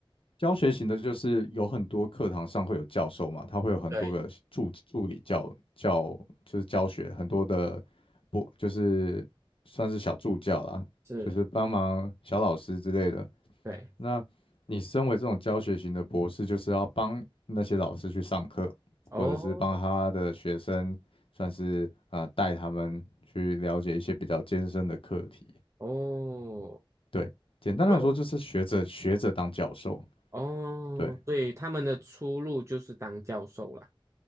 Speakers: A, on the left (about 80°); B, on the right (about 30°).
A: 教学型的，就是有很多课堂上会有教授嘛，他会有很多个助助理教教，
B: 对，
A: 就是教学很多的不就是算是小助教啦，
B: 是，
A: 就是帮忙小老师之类的。
B: 对，
A: 那你身为这种教学型的博士，就是要帮那些老师去上课，或者是帮他的学生，
B: 哦
A: 算是呃带他们去了解一些比较艰深的课题。
B: 哦，
A: 对，简单来说就是学者学者当教授。
B: 然后。哦，
A: 对。
B: 对，他们的出路就是当教授啦，